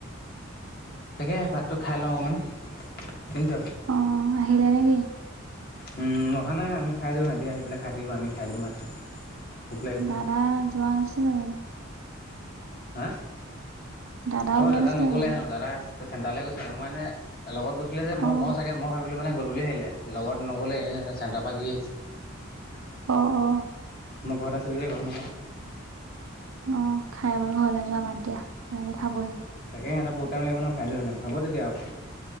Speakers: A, on the left (about 45°); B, on the right (about 85°).
A: তাকে ভাতটো খাই লওঁ অকণমান। শুনিছ?
B: অ আহিলে নেকি?
A: উম অহা নাই আমি খাই দিওঁ সিহঁতি আহি পেলাই খাই থাকিব আমি খাই দিওঁ ভাতটো। ভোক লাগিছে।
B: দাদা যোৱা নাছিলে জানো।
A: হা।
B: দাদাও
A: অ
B: যোৱা
A: দাদা
B: নাছিলে
A: নগলে
B: জানো?
A: হেনো দাদা আছে। চেণ্টাৰ গৈছিল আৰু মই মানে লগত গৈছিলো যে মই
B: অ',
A: মই চাগে মই ভাবিলো মানে। গ'ল বুলি আহিলে লগত নগ'লে চেণ্টাৰ পৰা ঘূৰি আহিছে।
B: আহ অ।
A: মই ঘৰ আছিলোঁ যে গৰ নাপা।
B: অ খাই বাৰু ঘৰলৈ যাবা দিয়া ন খাবহি।
A: এ সহঁত বুতটাইম লাগিব ন খাইৈ সেনে হ'ব তেতিয়া আৰু।